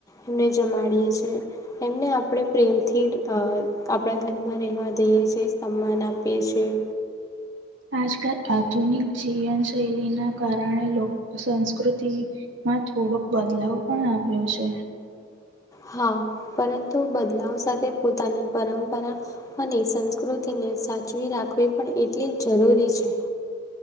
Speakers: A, on the left; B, on the right.
A: એમને જમાડીએ છીએ. એમને આપણે પ્રેમથી આપણા ઘરમાં રહેવા દઈએ છીએ. સન્માન આપીએ છીએ.
B: આજકાલ આધુનિક જીવનશૈલીના કારણે લોક સંસ્કૃતિ માં થોડોક બદલાવ પણ આવ્યો છે.
A: હા પરંતુ બદલાવ સાથે પોતાની પરંપરા અને સંસ્કૃતિને સાચવી રાખવી પણ એટલી જ જરૂરી છે.